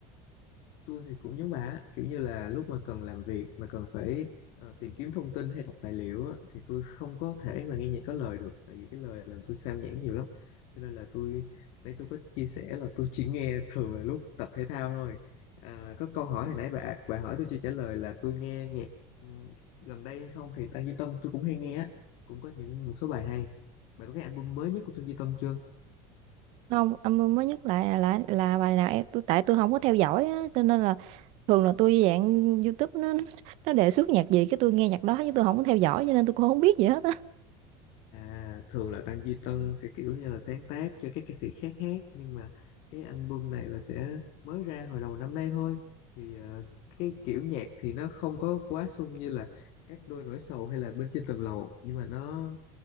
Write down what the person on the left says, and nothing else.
tôi thì cũng giống bà á, kiểu như là lúc mà cần làm việc mà cần phải ờ, tìm kiếm thông tin hay đọc tài liệu á, thì tôi không có thể mà nghe nhạc có lời được tại vì cái lời làm tôi sao nhãng nhiều lắm cho nên là tôi nãy tôi có chia sẻ là tôi chỉ nghe thường là lúc tập thể thao thôi à, có câu hỏi hồi nãy bà bà hỏi tôi chưa trả lời là tôi nghe nhạc ừm, gần đây hay không thì Tăng Duy Tân tôi cũng hay nghe á cũng có những một số bài hay bà có nghe album mới nhất của Tăng Duy Tân chưa
À, thường là Tăng Duy Tân sẽ kiểu như là sáng tác cho các ca sĩ khác hát nhưng mà cái album này là sẽ mới ra hồi đầu năm nay thôi thì ờ, cái kiểu nhạc thì nó không có quá sung như là các đôi nổi sầu hay là bên trên tầng lầu nhưng mà nó